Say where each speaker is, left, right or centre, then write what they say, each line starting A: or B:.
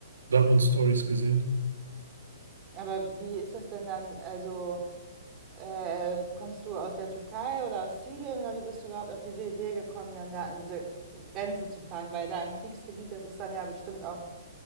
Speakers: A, on the right (about 80°); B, on the right (about 25°).
A: da hat man Stories gesehen.
B: aber wie ist das denn dann? Also äh, kommst du aus der Türkei oder aus Syrien oder wie bist du überhaupt auf diese Idee gekommen, dann da an diese Grenze zu fahren? Weil da im Kriegsgebiet, das ist dann ja bestimmt auch